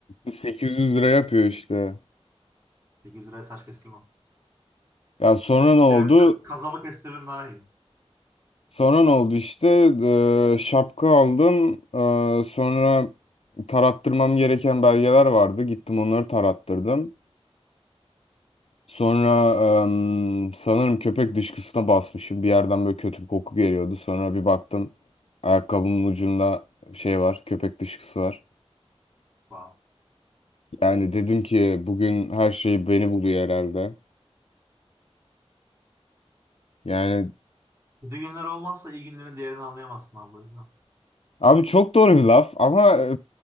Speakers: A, on the left (about 65°); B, on the right (about 25°).
A: 800 lira yapıyor işte.
B: 800 liraya saç kestirmem.
A: Ya sonra ne oldu?
B: Direkt k- kazaba kestiririm daha iyi.
A: Sonra ne oldu işte? Ee, şapka aldım. Ee, sonra tarattırmam gereken belgeler vardı. Gittim onları tarattırdım. Sonra em, sanırım köpek dışkısına basmışım. Bir yerden böyle kötü bir koku geliyordu. Sonra bir baktım ayakkabımın ucunda şey var, köpek dışkısı var.
B: Wow.
A: Yani dedim ki bugün her şey beni buluyor herhalde. Yani
B: Kötü günler olmazsa iyi günlerin değerini anlayamazsın abi o yüzden.
A: Abi çok doğru bir laf ama e,